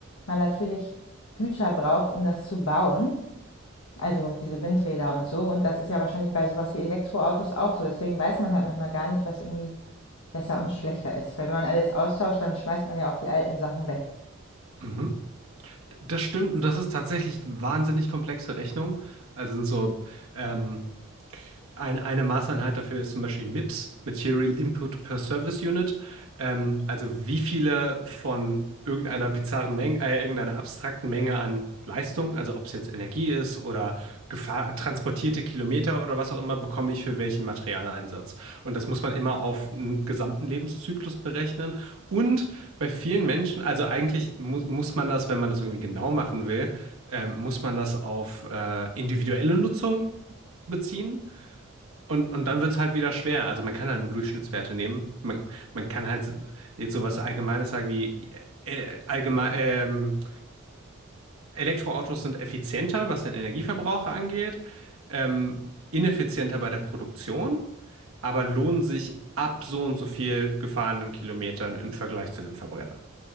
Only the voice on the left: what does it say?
man natürlich Güter braucht, um das zu bauen. Also diese Windräder und so. Und das ist ja wahrscheinlich bei sowas wie Elektroautos auch so. Deswegen weiß man halt manchmal gar nicht, was irgendwie besser und schlechter ist. Weil wenn man alles austauscht, dann schmeißt man ja auch die alten Sachen weg.